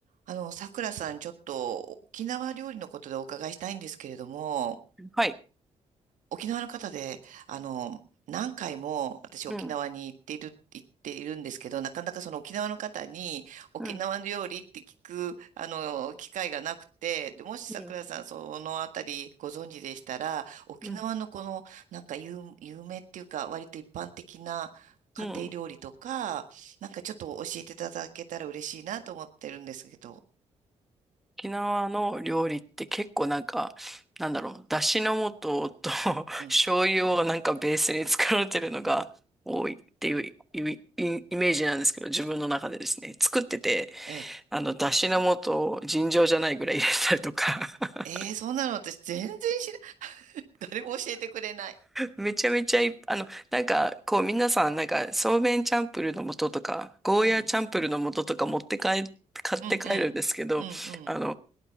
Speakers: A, on the right; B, in the centre.
A: あの、さくらさん、ちょっと沖縄料理のことでお伺いしたいんですけれども、
B: はい。
A: 沖縄の方で、あの、何回も私沖縄に行っている、
B: うん、
A: 行っているんですけど、なかなかその沖縄の方に沖縄の料理って聞く、
B: うん、
A: あの、機会がなくて、でもしさくらさん、
B: うん、
A: そのあたりご存知でしたら、沖縄のこの、
B: うん、
A: なんか有、有名っていうか、割と一般的な家庭料理とか、
B: うん。
A: なんかちょっと教えていただけたら嬉しいなと思ってるんですけど、
B: 沖縄の料理って結構なんか、なんだろう、だしの素と <laughs>
A: うん、
B: 醤油をなんかベースに作られてるのが多いっていうイ、イイメージなんですけど、自分の中でですね、作ってて、
A: ええ
B: あの、だしの素を尋常じゃないぐらい入れたりとか
A: ええー、
B: <laughs>
A: そんなの私全然知らない。<laughs> 誰も教えてくれない。
B: めちゃめちゃいっぱい、あの、なんか、こう、皆さん、なんか、そうめんチャンプルーの素とか、ゴーヤーチャンプルーの素とか持って帰、
A: うん、
B: 買って帰るんですけど、
A: うん、うん、うん、うん。
B: あの、